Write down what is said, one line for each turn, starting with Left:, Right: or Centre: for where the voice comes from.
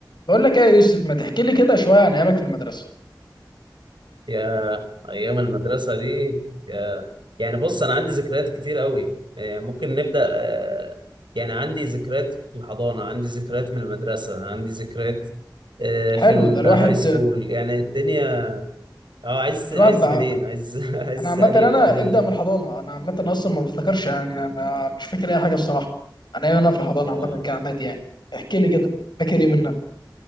Left: بقول لك ايه يا يوسف ما تحكي لي كده شويه عن ايامك في المدرسه
Right: يا ايام المدرسه دي يا يعني بص انا عندي ذكريات كتير قوي يعني ممكن نبدا آه، يعني عندي ذكريات في الحضانه عندي ذكريات من المدرسه عندي ذكريات آه، في
Left: حلو
Right: الهاي
Left: ده الواحد
Right: سكول يعني الدنيا اه عايز
Left: الواحد
Right: عايز
Left: بقى
Right: منين عايز <laughs> عايز
Left: انا عامه
Right: اني
Left: انا
Right: في اني
Left: ابدا من الحضانه انا عامه اصلا ما بفتكرش يعني انا مش فاكر اي حاجه الصراحه انا ايام انا في الحضانه
Right: يا-
Left: عامه كعماد يعني احكي لي كده فاكر ايه منها